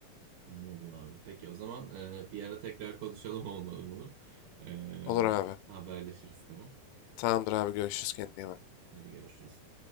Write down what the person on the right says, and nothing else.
Anladım abi. Peki o zaman e, bir ara tekrar konuşalım olmalı bunu. E,
haberleşiriz tamam.
Hadi görüşürüz.